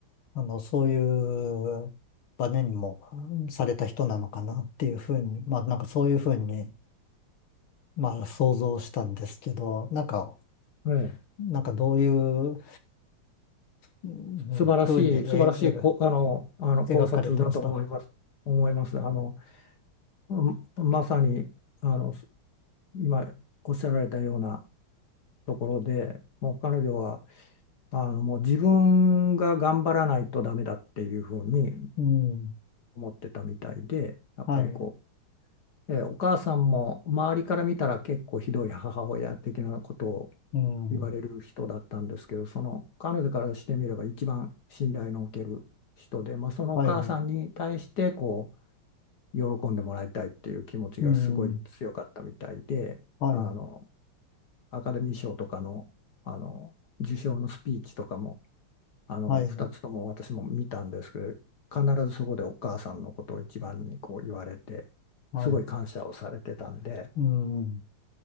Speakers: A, on the left; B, on the left.
A: あの、そういうバネにもうんされた人なのかなっていうふうに、まあ、なんかそういうふうに、まあ、想像したんですけど、なんか、
B: えー、
A: なんかどういう、うんふうにえ描
B: 素晴らしい、素晴らしいこ、あの、あの考察だと思います。
A: 描かれてました。
B: 思います。あの、うんまさに、あの、今おっしゃられたようなところで、もう彼女は、あの、もう自分が頑張らないとダメだっていうふうに
A: うん。
B: 思ってたみたいで、やっぱりこ
A: はい。
B: う、えーお母さんも周りから見たら結構ひどい母親的なことを
A: うん。
B: 言われる人だったんですけど、その彼女からしてみれば一番信頼のおける人で、まあ、そのお母さんに対してこ
A: はい。
B: う喜んでもらいたいっていう気持ちがすごい強かったみたいで、
A: うん。はい。
B: あのアカデミー賞とかの、あの受賞のスピーチとかもあの2つとも私も見たんですけど、
A: はい。
B: 必ずそこでお母さんのことを一番にこう言われて、
A: はい。
B: すごい感謝をされてたんで。
A: うん。